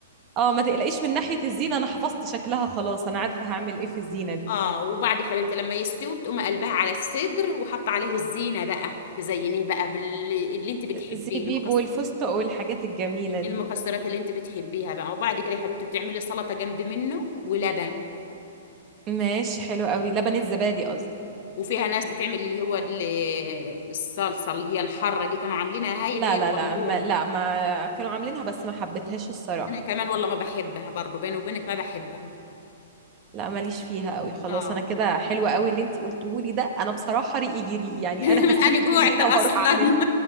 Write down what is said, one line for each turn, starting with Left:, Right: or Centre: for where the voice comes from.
Right: اه ما تقلقيش من ناحية الزينة انا حفظت شكلها خلاص انا عارفة هعمل ايه في الزينة دي
Left: اه وبعد يا حبيبتي لما يستوي بتقوم قلبها على الصدر وحط عليه الزينة بقى تزينيه بقى باللي انت بتحبيه
Right: زي بيب
Left: المكسر
Right: والفستق والحاجات الجميلة دي
Left: المكسرات اللي انت بتحبيها بقى وبعد كده يا حبيبتي بتعملي سلطة جنب منه ولبن
Right: ماشي حلو قوي لبن الزبادي قصدي
Left: وفيها ناس بتعمل اللي هو ال- الصلصة اللي هي الحارة دي كانوا عاملينها هاي
Right: لا
Left: اللي هي
Right: لا
Left: البندورة
Right: لا ما لا ما كانوا عاملينها بس ما حبيتهاش الصراحة
Left: انا كمان والله ما بحبها برضه بيني وبينك ما بحبها
Right: لا ماليش فيها قوي خلاص
Left: اه
Right: انا كده حلوة قوي اللي انتي قلتهولي ده انا بصراحة ريقي جري يعني
Left: <laughs>
Right: انا <laughs> هسيبك
Left: انا جوعت
Right: من هنا
Left: اصلا
Right: وهروح اعملها
Left: <laughs>